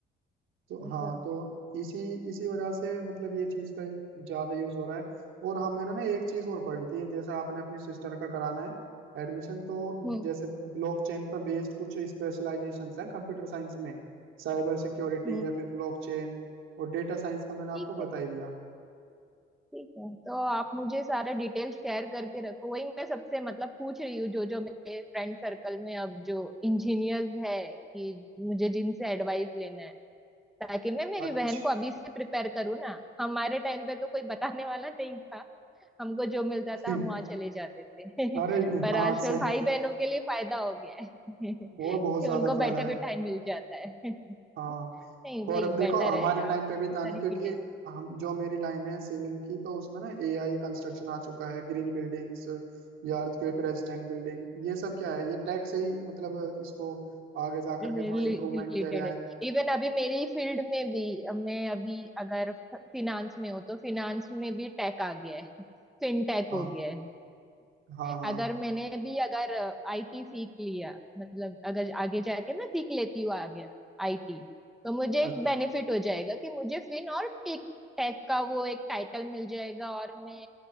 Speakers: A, on the right; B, in the centre.
A: तो
B: वो
A: हाँ
B: तो है
A: तो इसी इसी वजह से मतलब ये चीज का ज्यादा यूज हो रहा है और हमें ना ना एक चीज और पड़ी थी जैसे आपने अपनी सिस्टर का कराना है एडमिशन तो
B: हम्म
A: जैसे ब्लॉकचेन पर बेस्ड कुछ स्पेशलाइजेशंस हैं कंप्यूटर साइंस में साइबर सिक्योरिटी
B: हम्म
A: या फिर ब्लॉकचेन और डेटा साइंस का मैंने
B: ठीक
A: आपको बता
B: है
A: ही दिया
B: ठीक है तो आप मुझे सारे डिटेल शेयर करके रखो वही मैं सबसे मतलब पूछ रही हूँ जो जो मेरे फ्रेंड सर्कल में अब जो इंजीनियर्स है कि मुझे जिनसे एडवाइस लेना है ताकि मैं मेरी
A: अच्छा
B: बहन को अभी से प्रिपेयर करूँ ना हमारे टाइम पे तो कोई बताने वाला नहीं था हमको जो मिलता
A: <laughs>
B: था हम वहां चले जाते थे
A: अरे
B: <laughs> पर
A: हाँ
B: आजकल
A: से
B: भाई बहनों के लिए फायदा हो गया है <laughs> कि
A: और बहुत ज्यादा
B: उनको
A: फायदा
B: बैठे बिठाए
A: है
B: मिल जाता है <laughs>
A: हाँ
B: नहीं वही
A: और अब देखो
B: बेटर
A: हमारे
B: है
A: टाइम
B: आप
A: पे
B: मुझे
A: भी था
B: सारी
A: नहीं क्योंकि
B: डिटेल
A: हम जो मेरी लाइन है सिविल की तो उसमें ना एआई कंस्ट्रक्शन आ चुका है ग्रीन बिल्डिंग्स या अर्थक्वेक रेजिस्टेंट बिल्डिंग ये सब क्या है ये टेक से ही मतलब इसको आगे जा
B: रिलेटेड
A: करके थोड़ा इम्प्रूवमेंट किया गया
B: है
A: है
B: इवन अभी मेरी फील्ड में भी मैं अभी अगर फिनांस में हो तो फिनांस में भी टेक आ गया है फिनटेक
A: हाँ
B: हो गया है
A: हाँ हाँ
B: अगर मैंने भी अगर आईटी सीख लिया मतलब अगर आगे जाके मैं सीख लेती हूँ आगे आईटी तो मुझे
A: अच्छा,
B: एक बेनिफिट हो जाएगा कि मुझे फिन और टेक टेक का वो एक टाइटल मिल जाएगा और मैं